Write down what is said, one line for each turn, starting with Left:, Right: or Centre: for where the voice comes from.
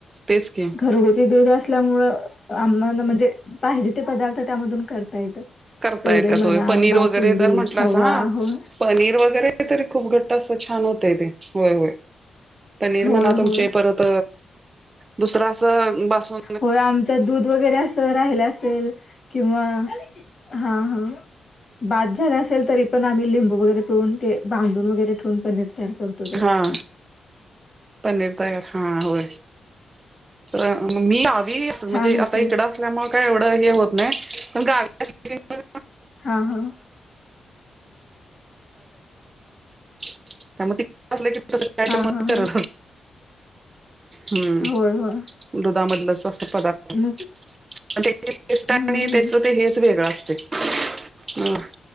Right: तेच की.
Left: घरगुती दूध असल्यामुळ आम्हाला म्हणजे, पाहिजे ते पदार्थ त्यामधून करता येत.
Right: करता
Left: पेढ
Right: येतात
Left: म्हणा
Right: होय पनीर
Left: बासुंदी,
Right: वगैरे तर म्हटलं
Left: खवा
Right: असं हा
Left: होय.
Right: पनीर वगैरे तरी खूप घट्ट अस छान होतय ते, होय होय. पनीर
Left: होय
Right: मला तुमचे
Left: होय
Right: परत दुसरं असं बासू
Left: होय. आम त दूध वगैरे असं राहिलं असेल किंवा, हा हा. बाद झालं असेल तरीपण आम्ही लिंबू वगैरे पिळून ते बांधून वगैरे ठेवून पनीर तयार करतो त्याचं.
Right: हा पनीर तयार हा होय, तर मी गावी असं म्हणजे
Left: छान होते
Right: आता इकडं काय हे होत नाही पण गावी असल्यामुळे
Left: हा हा
Right: <unintelligible> त्या मध्ये अस की तसं काय
Left: हा
Right: तर मग
Left: हा
Right: करत
Left: हा
Right: होत. हम्म
Left: होय होय
Right: दुधामधलंच असं पदार्थ.
Left: मग
Right: <unintelligible> आणि
Left: हम्म
Right: त्याच
Left: हम्म
Right: ते हेच वेगळं असतंय हा.